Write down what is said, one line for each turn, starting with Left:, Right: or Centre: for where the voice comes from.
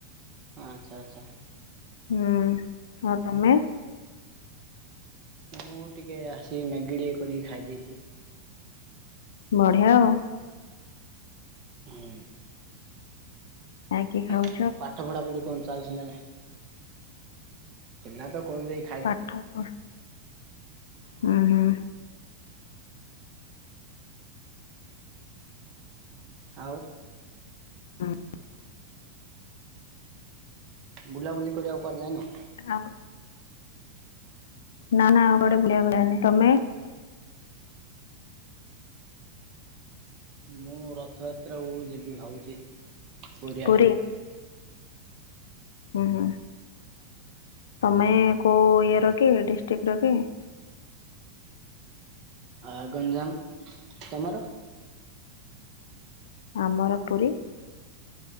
Right: ଆଚ୍ଛା ଆଚ୍ଛା।
Left: ହୁଁ ଆଉ ତମେ?
Right: ମୁଁ ଟିକେ ଆସିକି ମ୍ୟାଗି ଟିକେ କରିକି ଖାଇଦେଇଥିଲି।
Left: ବଢିଆ ଆଉ।
Right: ହୁଁ।
Left: ମ୍ୟାଗି ଖାଉ
Right: ଆଉ ପାଠ ପଢା ପଢି କଣ ଚାଲିଥିଲା ନା ଥିଲା ତ କଣ ଦେଇ
Left: ପାଠକ। ହୁଁ ହୁଁ।
Right: ଆଉ।
Left: ହଁ।
Right: ବୁଲାବୁଲି କରିବାକୁ କଡ଼ ଯାଏନ?
Left: ହଉ। ନା ନା ଆଉ ଗୋଟେ ବୁଳିଆ ଭଳିଆ ନଁ ତମେ?
Right: ମୁଁ ରଥଯାତ୍ରାକୁ ଯିବି ଭାବୁଛି ପୁରୀଆଡ଼େ।
Left: ପୁରୀ? ହୁଁ ହୁଁ ତମେ କୋଉ ଇଏ ର କି ଡିଷ୍ଟ୍ରିକ୍ଟ ର କି?
Right: ଆ ଗଞ୍ଜାମ ତମର?
Left: ଆମର ପୁରୀ।